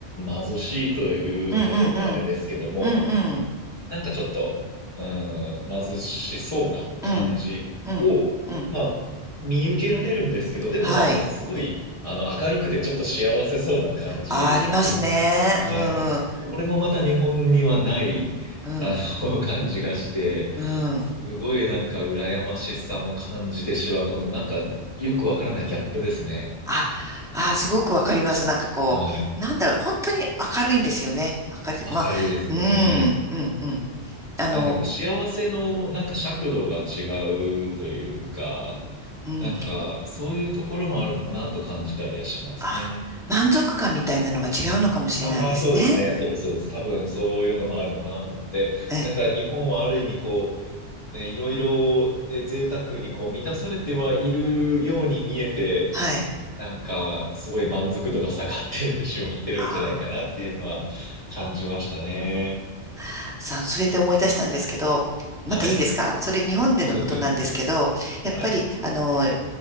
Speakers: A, on the left (about 30°); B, in the centre.
A: あ、貧しいというとちょっとあれですけども、
B: うん、うん、うん、うん、
A: なんかちょっと、うーん、貧しそうな感じを、
B: うん、うん。うん
A: まあ、見受けられるんですけど、でもなんかすごい、
B: はい。
A: あの、明るくてちょっと幸せそうな感じ。
B: あ、ありますね。
A: はい。
B: うん、
A: これもまた日本にはない、
B: うん、
A: あの、<laughs> 感じがして、
B: うん。
A: すごいなんか羨ましさも感じてしまう、このなんかよくわからないギャップですね。
B: あ、あ、すごくわかります。なんかこう、
A: はい。
B: なんだろう、本当に明るいんですよね。明るいというか、
A: 明るいですね。
B: まあ、うん、うん、うん。あの、
A: なんかこう幸せのなんか尺度が違うというか、
B: うん、
A: なんか、そういうところもあるのかなと感じたりはしますね。
B: あ、満足感みたいなのが違うのかもしれないですね。
A: ああ、そうですね。そうです、そうです。多分そういうのもあるのかなと思って。
B: ええ、
A: だから日本はある意味こう、ね、いろいろ、ね、贅沢にこう満たされてはいるように見えて、
B: はい。
A: なんかすごい満足度が下がってしまってるんじゃないかなっていうのは感じましたね。
B: ああ、さあ、それで思い出したんですけど、またいいですかそれ、
A: はい。
B: 日本でのことなんですけど、
A: そうですよ。はい。
B: やっぱり、
A: はい。
B: あの、